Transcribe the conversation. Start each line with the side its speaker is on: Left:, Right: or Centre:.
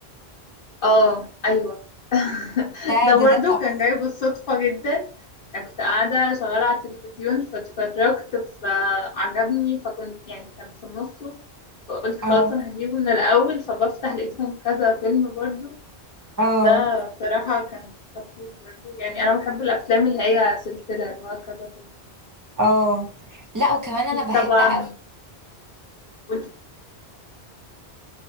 Left: اه ايوه <laughs>
Right: ده
Left: ده برضو
Right: ده ده تحفة
Left: كان جاي بالصدفة جدا انا كنت قاعدة شغالة على التلفزيون فاتفرجت فعجبني فكنت يعني كان في نصه فقلت
Right: اه
Left: خلاص انا هجيبه من الاول فبفتح لقيتهم كذا فيلم برضو
Right: اه
Left: ده بصراحة كان خطير برضو يعني انا بحب الافلام اللي هي سلسلة اللي هو كذا فيلم
Right: اه لا وكمان
Left: اكيد
Right: انا بحب
Left: طبعا
Right: قوي
Left: قولي